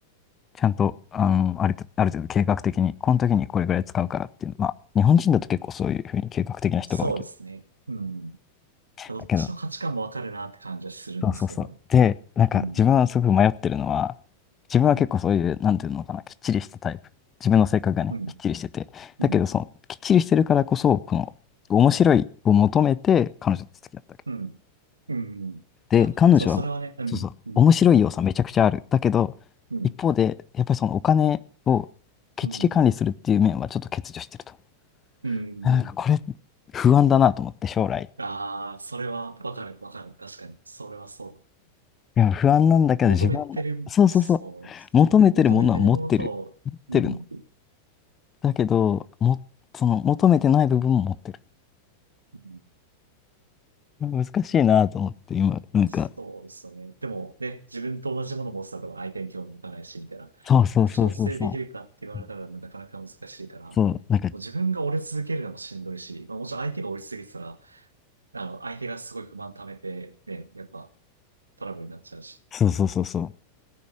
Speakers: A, on the left; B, on the right.
A: ちゃんと、あの、ある程度、ある程度計画的に、この時にこれぐらい使うからっていうの、まあ、日本人だと結構そういうふうに計画的な人が多いけど。
B: そうですね。うん。どっちの価値観もわかるなって感じはするんですけど。
A: だけど、そうそうそう。で、なんか自分はすごく迷ってるのは、
B: うん、
A: 自分は結構そういう、
B: うん、
A: なんていうのかな、きっちりしたタイプ。自分の性格がね、
B: うん、
A: きっちりしてて。だけど、
B: うん、
A: その、きっちりしてるからこそ、この、面白いを求めて、彼女と付き合ったわけ。
B: うん、うん。うんあ、
A: で、彼女は、
B: そう、それはね、うん、
A: そうそう、
B: うん、
A: 面白い要素はめちゃくちゃある。
B: わかる。
A: だけど、
B: うん、
A: 一方で、やっぱりそのお金をきっちり管理するっていう面はちょっと欠如してると。
B: うん、うん。
A: なんかこれ、不安だなと思って、将来。
B: ああ、それはわかる、わかる。確かに、それはそうだ。
A: いや、不安なんだけど、
B: 求めてる、
A: 自分は、そうそうそう。
B: そうですね。
A: 求めてるものは持ってる。
B: 求めてるものと、
A: 持ってるの。
B: うん。
A: だけど、も、その、求めてない部分も持ってる。
B: うん
A: 難しいなと思って、今、なんか、
B: そうですよね。でもね、自分と同じものを持つてたら相手に興味持たないし、みたいな。
A: そうそうそうそうそうそ
B: 調整できるかって言われたらなかなか難しいから、
A: う。
B: もう自分が折れ続けるのもしんどいし、
A: そう、なんか、
B: まあ、もちろん相手が折り続けてたら、あの、相手がすごい不満溜めて、ね、やっぱトラブルになっちゃうし、
A: そうそうそうそ